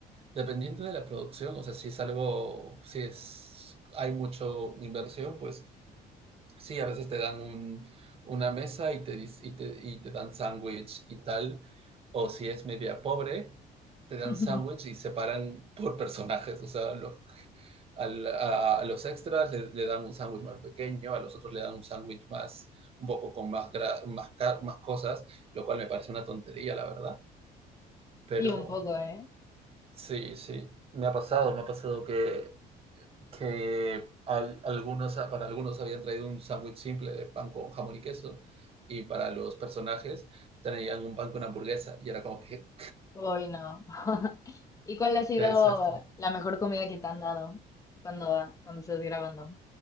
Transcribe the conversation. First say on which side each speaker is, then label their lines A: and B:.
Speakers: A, on the right; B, on the left.
A: Dependiendo de la producción, o sea, si es algo, si es, hay mucho inversión, pues sí, a veces te dan un, una mesa y te, dis- y te, y te dan sándwich y tal, o si es media pobre, te dan
B: <laughs>
A: sándwich y separan por personajes, o sea, los, al- a, a los extras le, le dan un sándwich más pequeño, a los otros le dan un sándwich más, un poco con más, gra- más, ca- más cosas, lo cual me parece una tontería, la verdad, pero
B: Sí, un poco, ¿eh?
A: Sí, sí. Me ha pasado, me ha pasado que, que al- algunos, para algunos habían traído un sándwich simple de pan con jamón y queso y para los personajes traían un pan con hamburguesa y era como que,
B: Hoy no. <laughs> ¿Y cuál
A: <laughs>
B: ha sido
A: qué desastre.
B: la mejor comida que te han dado cuando, cuando estás grabando?